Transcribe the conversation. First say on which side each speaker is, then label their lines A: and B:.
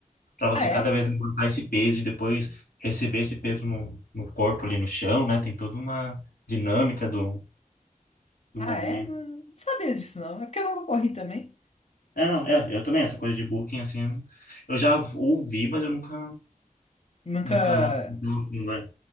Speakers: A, on the left; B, on the left.
A: para você
B: Ah,
A: cada
B: é?
A: vez levantar esse peso e depois receber esse peso no, no corpo ali no chão, né? Tem toda uma dinâmica do, do
B: Ah,
A: movimento.
B: é? Não, não sabia disso não. É porque eu nunca corri também.
A: É, não, é, eu também, essa coisa de booking, assim, eu já ouvi, mas eu nunca,
B: Nunca.
A: nunca, nunca,